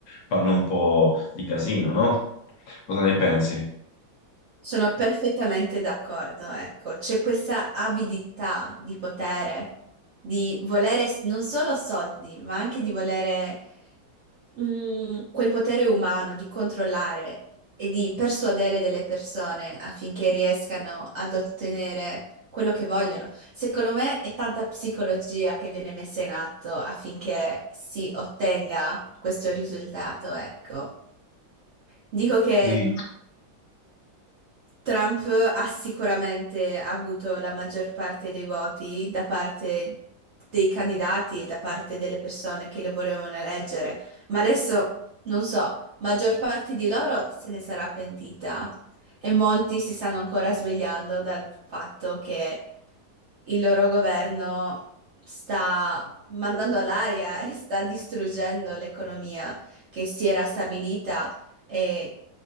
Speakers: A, on the left (about 60°); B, on the right (about 70°).
A: fanno un po' di casino, no? Cosa ne pensi?
B: Sono perfettamente d'accordo, ecco, c'è questa avidità di potere, di volere s- non solo soldi, ma anche di volere mm, quel potere umano di controllare e di persuadere delle persone affinché riescano ad ottenere quello che vogliono. Secondo me è tanta psicologia che viene messa in atto affinché si ottenga questo risultato, ecco. Dico che
A: Sì,
B: Trump ha sicuramente avuto la maggior parte dei voti da parte dei candidati e da parte delle persone che lo volevano eleggere, ma adesso non so, maggior parte di loro se ne sarà pentita e molti si stanno ancora svegliando dal fatto che il loro governo sta mandando all'aria e sta distruggendo l'economia che si era stabilita eh,